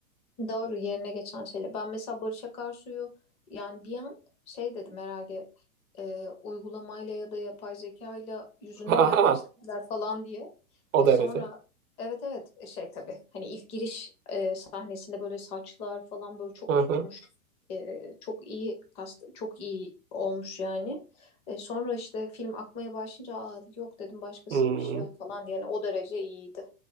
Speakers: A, on the left; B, on the right.
A: Doğru yerine geçen şeyle. Ben mesela Barış Akarsu'yu yani bir an şey dedim herhalde e, uygulamayla ya da yapay zekayla yüzünü
B: <laughs>
A: mü
B: Aha,
A: yerleştirdiler falan diye.
B: o
A: E,
B: derece.
A: sonra evet evet e, şey tabii hani ilk giriş e, sahnesinde böyle saçlar falan böyle çok
B: Aha.
A: tutmuş. E, çok iyi kast çok iyi olmuş yani. E, sonra işte film akmaya başlayınca Aa, yok dedim başkasıymış
B: Hmm.
A: ya falan diye. Yani o derece iyiydi.